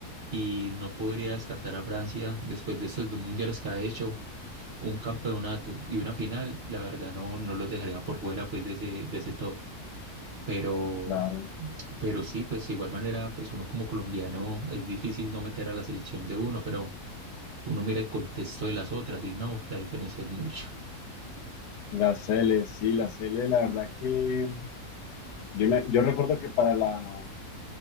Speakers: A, on the right (about 45°); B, on the left (about 80°).
A: y no podría descartar a Francia después de esos dos mundiales que ha hecho, un campeonato y una final, la verdad no, no los dejaría por fuera pues de ese, de ese top, pero,
B: claro.
A: pero sí, pues de igual manera pues uno como colombiano es difícil no meter a la selección de uno, pero uno mira el contexto de las otras y no, la diferencia es mucho.
B: las Cele, sí, las Cele, la verdad que yo, me- yo recuerdo que para la,